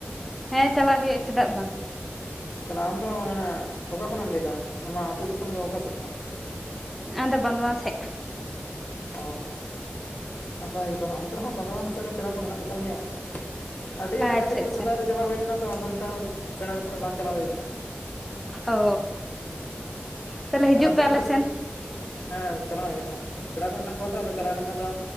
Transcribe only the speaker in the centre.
ᱦᱮᱸ ᱪᱟᱞᱟᱜ ᱦᱩᱭᱩᱜᱼᱟ ᱪᱮᱫᱟᱜ ᱵᱟᱝ
ᱟᱫᱚ ᱵᱟᱸᱫᱣᱟᱱ ᱥᱮᱫ
ᱟᱪᱪᱷᱟ
ᱟᱪᱪᱷᱟ
ᱚ ᱛᱟᱞᱦᱮ ᱦᱤᱡᱩᱜ
ᱯᱮ ᱟᱞᱮ
ᱥᱮᱱ